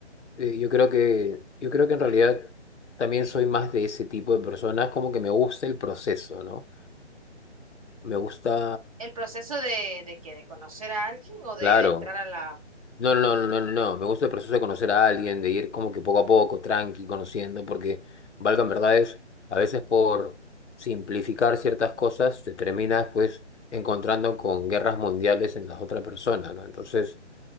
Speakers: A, on the left; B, on the right.
A: Eh, yo creo que, yo creo que en realidad también soy más de ese tipo de personas, como que me gusta el proceso, ¿no? Me gusta,
B: El proceso de, de que de conocer a alguien o de
A: claro,
B: entrar a la,
A: No, no, no, no, no, no. Me gusta el proceso de conocer a alguien, de ir como que poco a poco, tranqui, conociendo, porque valgan verdades, a veces por simplificar ciertas cosas te terminas pues encontrando con guerras mundiales en las otras personas, ¿no? Entonces,